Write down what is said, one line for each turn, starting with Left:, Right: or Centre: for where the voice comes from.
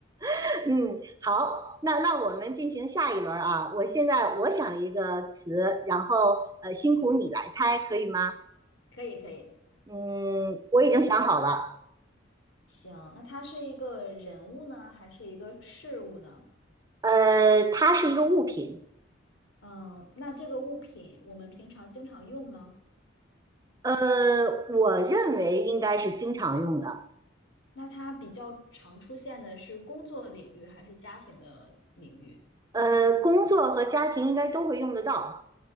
Right: <laughs> 嗯，好，那那我们进行下一轮啊，我现在我想一个词，
Left: 好，
Right: 然后呃，辛苦你来猜，可以吗？
Left: 可以可以，
Right: 嗯，我已经想好了，
Left: 行，那它是一个人物呢，还是一个事物呢？
Right: 呃，它是一个物品，
Left: 嗯，那这个物品我们平常经常用吗？
Right: 呃，我认为应该是经常用的，
Left: 那它比较常出现的是工作领域还是家庭的领域？
Right: 呃，工作和家庭应该都会用得到，